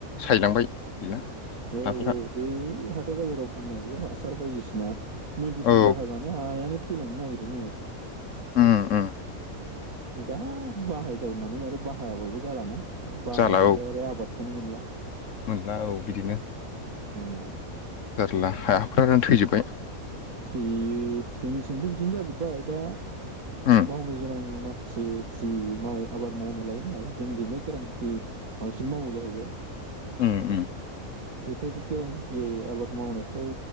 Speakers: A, on the left; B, on the right.
A: सायलांबाय गैला
B: औ
A: हाफोरा
B: औ हाथाय बाजाराव फाननाय बे हासार बायदिसिना मेडिसिन
A: औ
B: बाहायनानै हायानो थैलांनो नागिरो
A: उम उम
B: दा बाहाय दखवनानै आरो बाहायाबाबो जालाना बाहायाबाथाय
A: जाला औ
B: आरो आबाद खौनो मोनला
A: मोनला औ बिदिनो
B: उम
A: जारला हाफ्रानो थैजोबबाय
B: थिं जोंनिथिंबो बिदिनो जायो दा
A: उम
B: मावनो गोनां माखासे जि माव आबाद मावनो लायोना जोंनि दिनैबो गोरान खेथि बांसिन मावो जाहैबाय
A: उम उम
B: बेफोरदि गोदान खेथि आबाद मावनायफ्राव